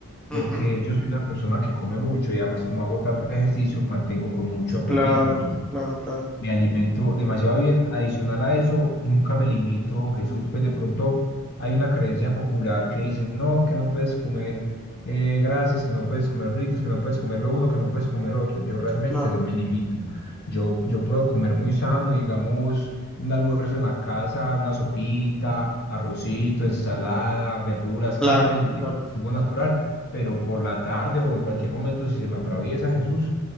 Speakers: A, on the left; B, in the centre.
A: porque
B: ujú,
A: yo soy una persona que come mucho y además como hago tanto ejercicio, mantengo con mucho apetito,
B: Claro,
A: entonces
B: claro, claro,
A: me alimento demasiado bien. Adicional a eso, nunca me limito, Jesús. Pues de pronto hay una creencia popular que dicen, no, que no puedes comer eh, grasas, que no puedes comer fritos, que no puedes comer lo uno, que no puedes comer lo otro. Yo realmente
B: claro,
A: no me limito. Yo, yo puedo comer muy sano, digamos, un almuerzo en la casa, una sopita, arrocito, ensalada, verduras,
B: claro,
A: carne,
B: claro,
A: eh, jugo natural, pero por la tarde o en cualquier momento si se me atraviesa, Jesús,